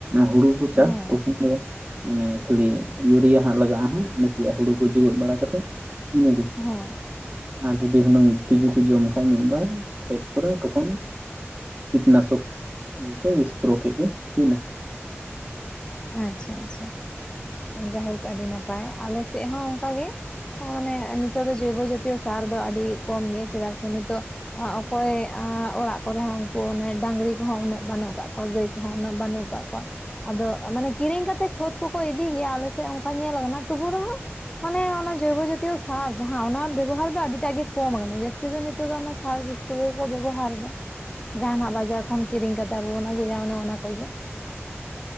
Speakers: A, on the right (about 35°); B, on the left (about 20°).
A: ᱾ ᱦᱩᱲᱩ ᱠᱚ ᱪᱟᱥ
B: ᱦᱮᱸ
A: ᱛᱚᱠᱷᱚᱱ ᱫᱚ ᱚᱱᱮ ᱠᱷᱟᱹᱞᱤ ᱤᱭᱩᱨᱤᱭᱟ ᱦᱟᱸᱜ ᱞᱟᱜᱟᱜ-ᱟ ᱦᱟᱸᱜ ᱱᱟᱥᱮᱭᱟᱜ ᱦᱩᱲᱩ ᱠᱚ ᱡᱮᱣᱮᱫ ᱵᱟᱲᱟ ᱠᱟᱛᱮᱜ ᱤᱱᱟᱹ ᱜᱮ ᱾
B: ᱦᱮᱸ
A: ᱟᱨ ᱡᱩᱫᱤ ᱦᱩᱱᱟᱹᱝ ᱛᱤᱡᱩ ᱠᱚ ᱡᱚᱢ ᱠᱷᱟᱡ ᱢᱤᱫᱵᱟᱨ ᱠᱷᱮᱛ ᱠᱚᱨᱮ ᱛᱚᱠᱷᱚᱱ ᱠᱤᱴᱱᱟᱥᱚᱠᱥ ᱤᱭᱟᱹᱛᱮ ᱥᱯᱨᱳ ᱠᱮᱫ ᱜᱮ ᱦᱩᱭᱱᱟ
B: ᱟᱪᱪᱷᱟ ᱟᱪᱪᱷᱟ ᱡᱟᱦᱮᱨ ᱠᱚ ᱟᱹᱰᱤ ᱱᱟᱯᱟᱭ ᱟᱞᱮ ᱥᱮᱫ ᱦᱚᱸ ᱚᱱᱠᱟ ᱜᱮ ᱦᱚᱸ ᱢᱟᱱᱮ ᱱᱤᱛᱚᱜ ᱫᱚ ᱡᱚᱭᱵᱳ ᱡᱟᱛᱤᱭᱚ ᱥᱟᱨ ᱫᱚ ᱟᱹᱰᱤ ᱠᱚᱢ ᱜᱮ ᱪᱮᱫᱟᱜ ᱥᱮ ᱱᱤᱛᱚᱜ ᱚᱠᱚᱭ ᱚᱲᱟᱜ ᱠᱚᱨᱮ ᱦᱚᱸ ᱩᱱᱠᱩ ᱚᱱᱮ ᱰᱟᱝᱜᱨᱤ ᱠᱚᱦᱚᱸ ᱩᱱᱟᱹᱜ ᱵᱟᱹᱱᱩᱜ ᱠᱟᱜ ᱠᱚᱣᱟ ᱜᱟᱹᱭ ᱩᱱᱟᱹᱜ ᱵᱟᱹᱱᱩᱜ ᱟᱠᱟᱜ ᱠᱚᱣᱟ ᱟᱫᱚ ᱢᱟᱱᱮ ᱠᱤᱨᱤᱧ ᱠᱟᱛᱮᱜ ᱠᱷᱚᱛ ᱠᱚᱠᱚ ᱤᱫᱤ ᱜᱮᱭᱟ ᱟᱞᱮ ᱥᱮᱫ ᱚᱱᱠᱟ ᱧᱮᱞ ᱟᱠᱟᱱᱟ ᱛᱩᱵᱩ ᱨᱮᱦᱚᱸ ᱢᱟᱱᱮ ᱚᱱᱟ ᱡᱚᱭᱵᱳ ᱡᱟᱛᱤᱭᱳ ᱥᱟᱨ ᱡᱟᱦᱟ ᱚᱱᱟ ᱵᱮᱵᱚᱦᱟᱨ ᱫᱚ ᱟᱹᱰᱤᱴᱟᱜ ᱜᱮ ᱠᱚᱢ ᱟᱠᱟᱱᱟ ᱡᱟᱹᱥᱛᱤ ᱫᱚ ᱱᱤᱛᱚᱜ ᱫᱚ ᱚᱱᱟ ᱥᱟᱨ ᱵᱤᱥ ᱠᱩ ᱜᱮᱠᱚ ᱵᱮᱵᱚᱦᱟᱨ ᱫᱟ
A: <inaudible>
B: ᱡᱟᱦᱟᱱᱟᱜ ᱵᱟᱡᱟᱨ ᱠᱷᱚᱱ ᱠᱤᱨᱤᱧ ᱠᱟᱛᱮᱜ ᱟᱵᱚ ᱵᱚᱱ ᱟᱹᱜᱩᱭᱟ ᱚᱱᱮ ᱚᱱᱟ ᱠᱚᱜᱮ